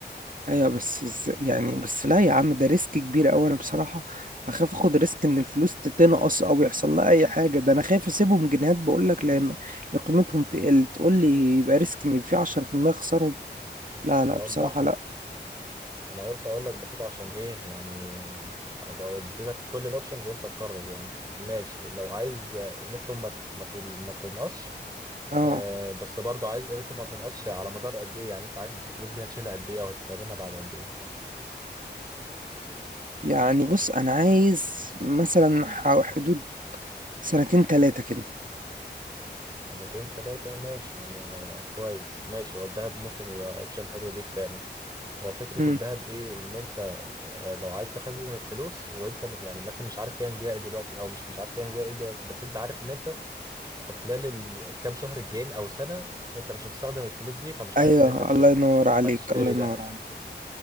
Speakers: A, on the right (about 50°); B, on the right (about 20°).
A: ايوه بس ازاي يعني بس لا يا عم ده ريسك كبير قوي انا بصراحة هخاف اخد ريسك ان الفلوس تتنقص او يحصل لها اي حاجة ده انا خايف اسيبهم جنيهات بقول لك لان لأن قيمتهم تقل تقول لي يبقى ريسك ان في 10% اخسرهم لا لا
B: هو
A: بصراحة
B: براحتك
A: لا
B: انا قلت اقول لك برضه عشان ايه يعني ابقى اديتك كل الاوبشنز وانت تقرر يعني ماشي لو عايز قيمتهم ما تت- ما تل- ما تنقصش
A: اه
B: آه، بس برضو عايز قيمته ما تنقصش على مدار قد ايه يعني انت عارف الفلوس دي هتشيلها قد ايه او هتستخدمها بعد قد ايه
A: يعني بص انا عايز مثلا ح- حدود سنتين تلاتة كده
B: سنتين تلاتة ماشي هو كويس ماشي هو الذهب ممكن يبقى اوبشن حلو ليك فعلا هو فكرة
A: مم.
B: الذهب ايه ان انت آه، لو عايز تخزن الفلوس وانت م- يعني مثلا مش عارف تعمل بيها ايه دلوقتي او مش مش عارف تعمل بيها ايه دلوقتي بس انت عارف ان انت في خلال ال- الكام شهر الجايين او سنة انت مش هتستخدم الفلوس دي فمش
A: ايوه
B: عايز قيمتها تقل
A: الله ينور عليك
B: فتشتري
A: الله
B: ذهب
A: ينور